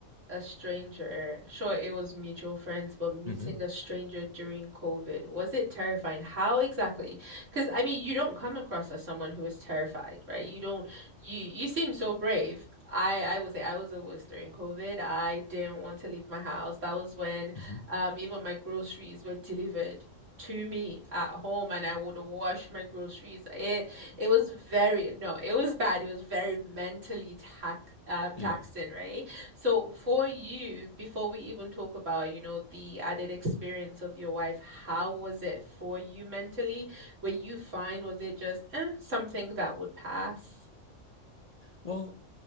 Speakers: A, on the right; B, on the left.
A: a stranger. Sure, it was mutual friends, but meeting
B: hmm
A: a stranger during COVID, was it terrifying? How exactly? Because I mean, you don't come across as someone who is terrified, right? You don't you you seem so brave. I I would say I was the worst during COVID. I didn't want to leave my house. That was when
B: hmm
A: um even my groceries were delivered. to me at home and I would wash my groceries. It it was very no, it was bad. It was very mentally tax um taxing,
B: Yeah.
A: right? So for you, before we even talk about, you know, the added experience of your wife, how was it for you mentally? Were you fine? Was it just eh, something that would pass?
B: Well,